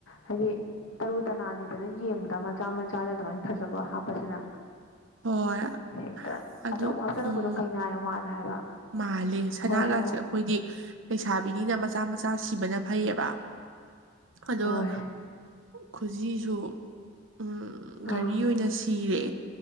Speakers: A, on the left (about 70°); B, on the right (about 65°).
A: ꯍꯥꯏꯗꯤ ꯇꯔꯨ ꯇꯅꯥꯜꯂꯤꯗꯅ ꯌꯦꯡꯕꯗ ꯃꯆꯥ ꯃꯆꯥꯗ ꯑꯗꯨꯃꯥꯏꯅ ꯐꯖꯕ ꯍꯥꯞꯄꯁꯤꯅ
B: ꯍꯣꯏ
A: ꯍꯦꯛꯇ
B: ꯑꯗꯨ
A: ꯑꯆꯧꯕ ꯍꯥꯞꯆꯜꯔꯛꯄꯗꯣ
B: ꯎꯝ
A: ꯀꯩꯅꯥ ꯃꯥꯜꯂꯦ ꯍꯥꯏꯕ
B: ꯃꯥꯜꯂꯦ ꯁꯅꯥꯒꯁꯦ
A: ꯍꯣꯏ ꯍꯥꯏꯔꯛꯑꯣ
B: ꯑꯩꯈꯣꯏꯗꯤ ꯂꯩꯁꯥꯕꯤꯅꯤꯅ ꯃꯆꯥ ꯃꯆꯥ ꯁꯤꯕꯅ ꯐꯩꯌꯦꯕ ꯑꯗꯨꯒ
A: ꯍꯣꯏ
B: ꯈꯨꯖꯤꯁꯨ ꯎꯝ
A: ꯑꯥ
B: ꯘꯔꯤ ꯑꯣꯏꯅ ꯁꯤꯔꯦ